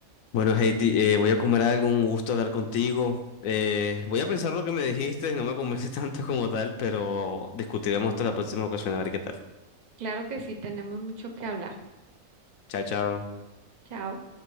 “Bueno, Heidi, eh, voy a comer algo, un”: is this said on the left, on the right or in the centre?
Left